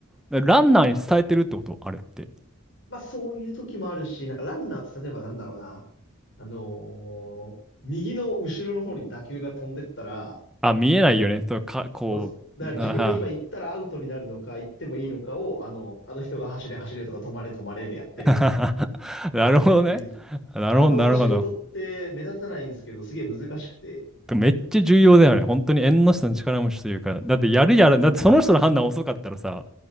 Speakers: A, in the centre; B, on the left (about 60°).
A: ランナーに伝えてるってことあれって。
B: まあそういう時もあるし、なんかランナーって例えばなんだろうな。あのー右の後ろの方に打球が飛んでったら、
A: あ、見えないよね。
B: あの、
A: そう、か、こう、
B: そうっす。だから自分が今行ったらアウトになるのか、
A: なあ
B: 行ってもいいのかを、あの、あの人が走れ走れとか止まれ止まれでやってるみたいな
A: <laughs> なるほどね。
B: イメージです。
A: なるほど、
B: であの仕事って目立たないんですけど、
A: なるほど。
B: すげえ難しくて。
A: めっちゃ重要だよね。本当に縁の下の力持ちというか、だってやるやら、
B: そうです、そうです。
A: だってその人の判断遅かったらさ、